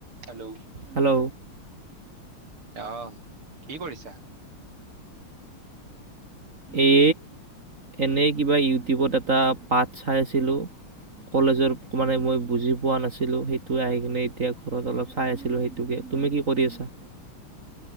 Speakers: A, on the right; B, on the right.
A: Hello.
B: Hello.
A: আহ কি কৰিছা।
B: এ এনেই কিবা ইউটিউবত এটা পাঠ চাই আছিলো। কলেজৰ মানে মই বুজি পোৱা নাছিলো, সেইটো আহি কিনে এতিয়া ঘৰত অলপ চাই আছিলো সেইটোকে তুমি কি কৰি আছা।